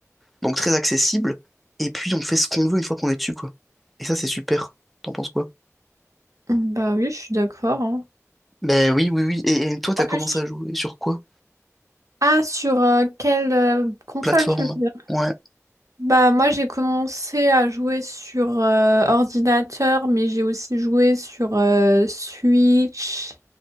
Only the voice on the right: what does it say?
Bah oui, je suis d'accord, hein.
En plus,
tu-
Ah, sur euh, quelle euh, console
tu veux dire?
Bah moi j'ai commencé à jouer sur euh, ordinateur, mais j'ai aussi joué sur euh, Switch